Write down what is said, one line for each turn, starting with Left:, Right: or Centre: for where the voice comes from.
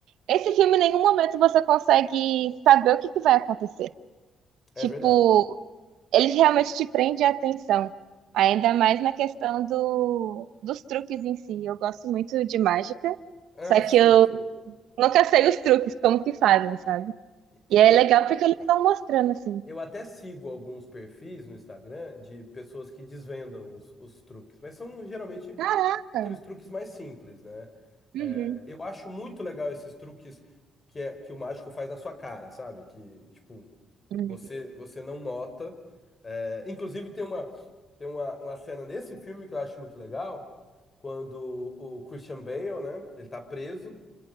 Right: Esse filme, em nenhum momento você consegue saber o que que vai acontecer.
Left: é
Right: Tipo,
Left: verdade.
Right: ele realmente te prende a atenção. Ainda mais na questão do, dos truques em si. Eu gosto muito de mágica.
Left: Ah,
Right: Só que
Left: sim,
Right: eu
Left: sim.
Right: Nunca sei os truques, como que fazem, sabe?
Left: Eu,
Right: E é
Left: eu,
Right: legal porque eles estão mostrando assim.
Left: eu até sigo alguns perfis no Instagram de pessoas que desvendam os, os truques, mas são geralmente
Right: Caraca!
Left: aqueles truques mais simples, né?
Right: Uhum.
Left: É, eu acho muito legal esses truques que, é, que o mágico faz na sua cara, sabe? Que, tipo,
Right: Hum,
Left: você, você não nota. É, inclusive, tem uma, tem uma, uma cena desse filme que eu acho muito legal, quando o Christian Bale, né? Ele tá preso